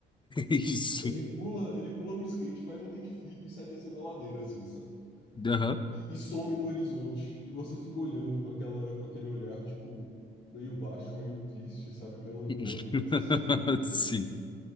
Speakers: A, on the left; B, on the left.
A: Isso.
B: Ele pula, ele pula no skate, faz um kickflip e sai descendo a ladeira, assim, sabe?
A: Aham.
B: e, e some no horizonte. E você fica olhando com aquela, com aquele olhar, tipo, meio baixo, meio triste, sabe, melancólico
A: <laughs>
B: essa cena e pensa,
A: Sim.